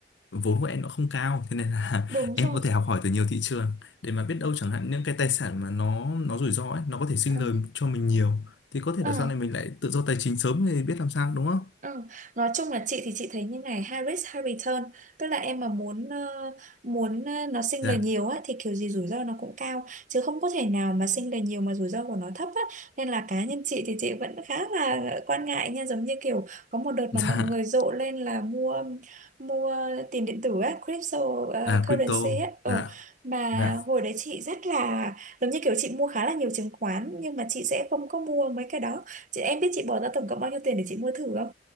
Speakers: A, on the left; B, on the right.
A: vốn của em nó không cao thế nên là
B: đúng
A: <laughs> em
B: rồi
A: có thể học hỏi từ nhiều thị trường để mà biết đâu chẳng hạn những cái tài sản mà nó nó rủi ro ấy nó có thể sinh
B: ờ
A: lời cho mình nhiều thì có thể
B: ờ
A: là sau này mình lại tự do tài chính sớm thì biết làm sao đúng không
B: Ừ. Nói chung là chị thì chị thấy như này high risk high return tức là em mà muốn ờ, muốn ờ, nó sinh
A: dạ
B: lời nhiều á thì kiểu gì rủi ro nó cũng cao chứ không có thể nào mà sinh lời nhiều mà rủi ro của nó thấp á nên là cá nhân chị thì chị vẫn khá là quan ngại nha giống như kiểu có một đợt
A: <laughs>
B: mà mọi người
A: dạ
B: rộ lên là mua mua tiền điện tử á crypto ờ,
A: à
B: currency
A: crypto
B: á ừ.
A: dạ
B: mà
A: dạ
B: hồi đấy chị rất là giống như kiểu chị mua khá là nhiều chứng khoán nhưng mà chị sẽ không có mua mấy cái đó chị em biết chị bỏ ra tổng cộng bao nhiêu tiền để chị mua thử không